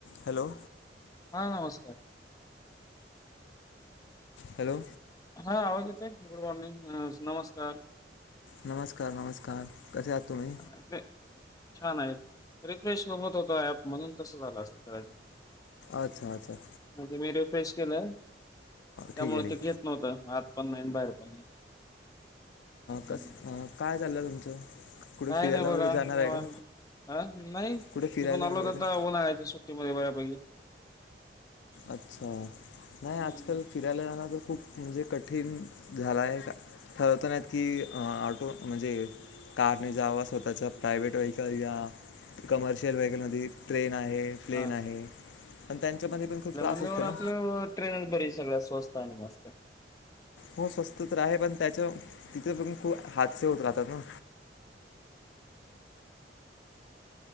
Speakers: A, on the left (about 75°); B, on the left (about 20°).
A: Hello....
B: हां नमस्कार....
A: hello.....
B: हा आवाज येतोय गुड मॉर्निंग नमस्कार...
A: नमस्कार नमस्कार कसे आहात तुम्ही?
B: <unintelligible> छान आहेत रिफ्रेश न होत होत ऍप म्हणून तसं झालं असे कदाचित....
A: अच्छा अच्छा...
B: तुम्ही रिफ्रेश केलंय त्यामुळे
A: ठीक आहे ठीक
B: ते घेत नव्हतं आत पण नाही बाहेर पण नाही....
A: कस
B: हं.
A: काय झालं तुमचं.... कुठे
B: काय
A: फिरायला
B: नाही बघा
A: वगैरे जाणार
B: निवांत
A: आहे का
B: अ नाही
A: कुठे फिरायला
B: फिरून आलो
A: वगैरे
B: तर आता उन्हाळ्याच्या सुट्टी..... बऱ्यापैकी....
A: अच्छा नाही
B: हम्म
A: आजकाल फिरायला जाणं तर खूप म्हणजे कठीण झालाय का? ठरत नाहीत की ऑटो म्हणजे... कारने जाव स्वतःच्या प्रायव्हेट व्हेकल या... कमर्शियल व्हेकल म ट्रेन आहे प्लेन
B: हा
A: आहे पण त्यांच्यामध्ये पण खूप... त्रास
B: त्यावर
A: असतो
B: आपलं
A: ना
B: ट्रेन बरी सगळ स्वस्त आणि मस्त...
A: हो स्वस्त तर आहे पण त्याच्या तिथ पण खूप हादसे होत राहतात ना...